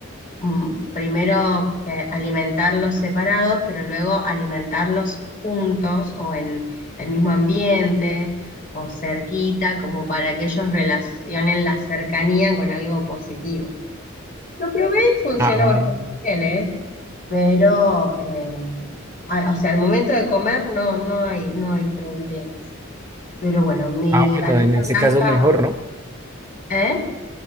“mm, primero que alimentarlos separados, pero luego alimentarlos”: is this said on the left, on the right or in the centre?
Left